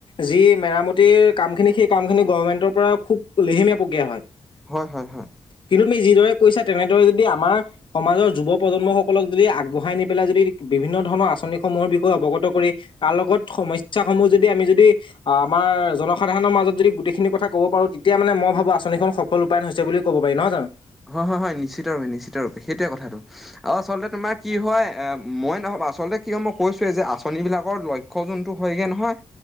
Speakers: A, on the left; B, in the centre.
A: যি মেৰামতি গোটেই কাম খিনি সেই কামখিনি গভণমেন্টৰ পৰা খুব লেহেমীয়া প্ৰক্ৰিয়া হয়
B: হয় হয় হয়
A: কিন্তু তুমি যিদৰে কৈছা তেনেদৰে যদি আমাৰ সমাজৰ যুৱ প্ৰজন্মসকলক যদি আগবঢ়াই নি পেলাই যদি বিভিন্ন ধৰণৰ আঁচনিসমূহৰ বিষয়ে অৱগত কৰি তাৰ লগত সমস্যা সমূহ যদি আমি যদি আহ আমাৰ জনসাধাৰণৰ মাজত যদি গোটেইখিনি কথা ক'ব পাৰো তেতিয়া মানে মই ভাবোঁ আচনিখন সফল ৰূপায়ণ হৈছে বুলি কব পাৰি নহয় জানো
B: হয় হয় হয় নিশ্চিত ৰূপে নিশ্চিত ৰূপে সেইটোৱে কথাটো আৰু আচলতে তোমাৰ কি হয় আহ মই নহয় আচলতে কি হয় মই কৈছোৱে যে আঁচনি বিলাকৰ লক্ষ ক যোনটো হয়গে নহয়